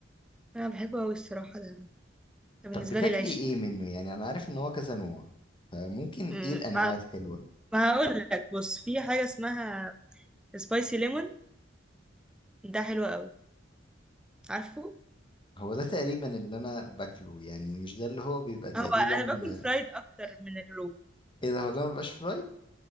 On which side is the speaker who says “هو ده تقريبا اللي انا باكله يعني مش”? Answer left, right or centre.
Left